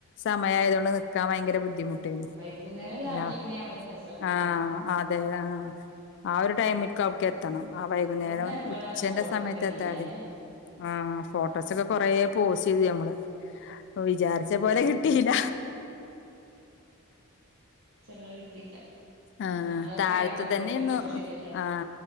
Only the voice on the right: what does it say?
ആ വൈകുന്നേരം
രാവിലെക്കണെ അവിടെ രസമൊക്കെ ഉണ്ടാവും
അവിടുന്ന് നേരം പോലെ
നല്ല ഫോട്ടോ
ഒന്നും കിട്ടിയില്ലല്ലെ
അത് കിട്ടിയില്ല
ഒന്നാമത് ആ
ക്യാമറന്റെ
ഫിൽറ്റർ ശരിയല്ലാത്തോണ്ട്